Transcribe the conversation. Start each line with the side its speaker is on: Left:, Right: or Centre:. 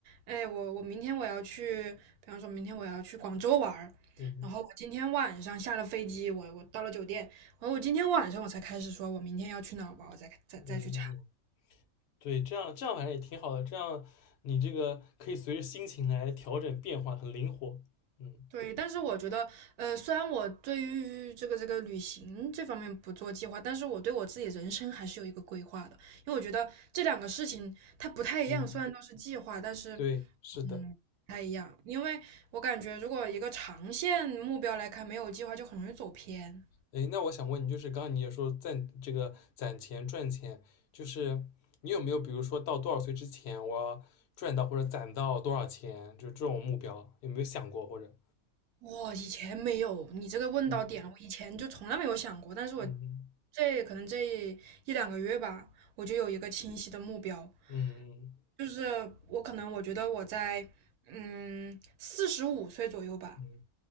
Right: 哎，我我明天我要去，比方说明天我要去广州玩儿，
Left: 嗯
Right: 然后我今天晚上下了飞机，我我到了酒店，然后我今天晚上我才开始说，我明天要去哪儿玩儿我再再再去查。
Left: 嗯嗯嗯。嗯对，这样这样反正也挺好的，这样你这个可以随着心情来调整变换，很灵活。嗯
Right: 对，但是我觉得，呃，虽然我对于这个这个旅行这方面不做计划，但是我对我自己人生还是有一个规划的，因为我觉得这两个事情它不太一样，
Left: 嗯，
Right: 虽然都是计划，但是，
Left: 对，是的。
Right: 嗯，不太一样，因为我感觉如果一个长线目标来看，没有计划就很容易走偏。
Left: 哎，那我想问你，就是刚刚你也说攒这个攒钱赚钱，就是你有没有比如说到多少岁之前，我要赚到或者攒到多少钱，就是这种目标，有没有想过或者？
Right: 我以前没有，你这个问到点了，
Left: 嗯
Right: 我以前就从来没有想过，但是我
Left: 嗯
Right: 这可能这一两个月吧，我就有一个清晰的目标，
Left: 嗯嗯
Right: 就是我可能我觉得我在嗯四十五岁左右吧，
Left: 嗯。